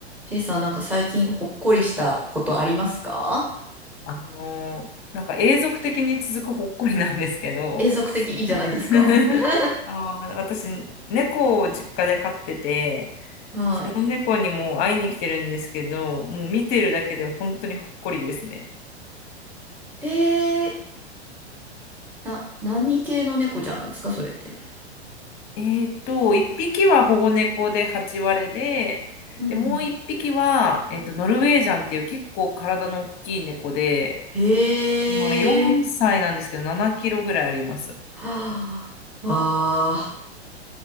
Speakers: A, in the centre; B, on the left.
A: ちいさん、なんか最近ほっこりしたことありますか
B: あのーなんか永続的に続くほっこりなんですけど
A: 永続的いいじゃないですか。
B: <laughs>
A: <laughs>
B: あー、私、猫を実家で飼ってて、
A: はい。
B: その猫にもう会いに来てるんですけど、もう見てるだけで本当にほっこりですね。
A: えー、な、何系の猫ちゃんなんですかそれって。
B: えっと、1匹は保護猫で8割れで、
A: うんうん。
B: で、もう1匹は、えっと、ノルウェージャンっていう結構体の大きい猫で、
A: へー。
B: 今4歳なんですけど、7キロぐらいあります。
A: はあ。わあ。